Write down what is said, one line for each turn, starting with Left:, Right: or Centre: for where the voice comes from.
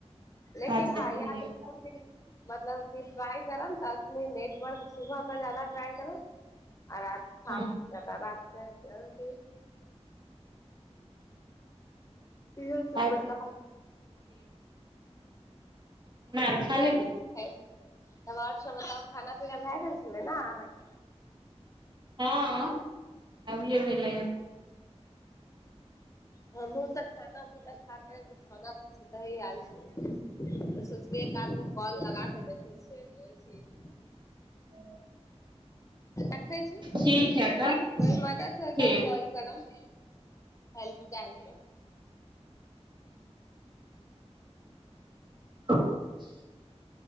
Left: लेकिन
Right: अच्छा
Left: हँ
Right: ठीक
Left: याद रखब की मतलब कि ट्राइ करब तऽ अखनी नेटवर्क सुबह के जााद ट्राइ करब आ रात शाम
Right: हँ
Left: तकर बाद <unintelligible> इहो सब
Right: अच्छा
Left: बताउ
Right: मार खा लेलही
Left: है। तब आओर सभ बताउ खाना पीना भए गेल छलै ने अहाँके
Right: हँ अभियै भेलै हँ
Left: हमहू त खान पीना खा क बिछौना पर सूतही आल छली तऽ सोचलियै एक आदमी के कॉल लगा क देखैत छियै होइ छै की नै
Right: <inaudible>
Left: रखै छी
Right: ठीक
Left: कोइ
Right: है तऽ
Left: मदद हो
Right: ठीक
Left: तऽ कॉल करब हेल्प चाही त
Right: <inaudible>